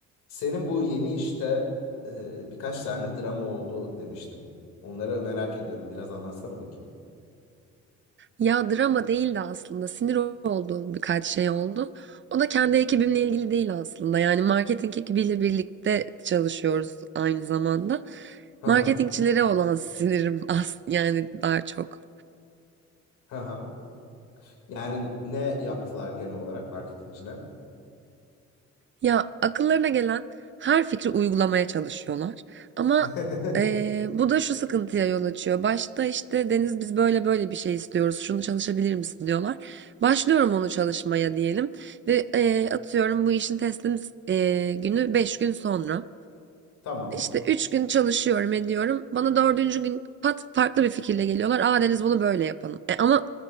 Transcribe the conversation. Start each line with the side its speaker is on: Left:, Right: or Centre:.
Left: Senin bu yeni işte e, birkaç tane drama oldu demiştin. Onları merak ediyorum. Biraz anlatsana bakayım.
Right: Ya drama değildi aslında. Sinir olduğum birkaç şey oldu. O da kendi ekibimle ilgili değil aslında. Yani marketing ekibiyle birlikte çalışıyoruz aynı zamanda.
Left: Ha
Right: Marketingçilere
Left: ha
Right: olan <laughs> sinirim as yani daha çok.
Left: ha ha. Yani ne yaptılar genel olarak marketingciler?
Right: Ya akıllarına gelen her fikri uygulamaya çalışıyorlar. Ama
Left: <laughs>
Right: eee, bu da şu sıkıntıya yol açıyor. Başta işte Deniz biz böyle böyle bir şey istiyoruz. Şunu çalışabilir misin diyorlar. Başlıyorum onu çalışmaya diyelim. Ve eee, atıyorum bu işin teslim eee, günü 5 gün sonra.
Left: Tamam.
Right: İşte üç gün çalışıyorum ediyorum. Bana dördüncü gün pat farklı bir fikirle geliyorlar. Aa Deniz bunu böyle yapalım. E, ama